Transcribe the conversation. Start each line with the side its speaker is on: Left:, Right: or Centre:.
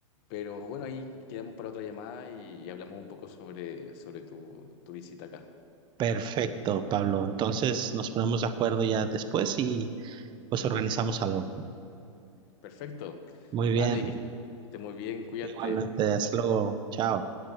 Left: pero bueno, ahí quedamos para otra llamada y, y hablamos un poco sobre, sobre tu, tu visita acá.
Right: Perfecto, Pablo. Entonces nos ponemos de acuerdo ya después y... Pues organizamos algo.
Left: Perfecto.
Right: Muy
Left: Vale,
Right: bien.
Left: que estés muy bien, cuídate.
Right: Igualmente,
Left: Chao,
Right: hasta
Left: chao.
Right: luego. Chao.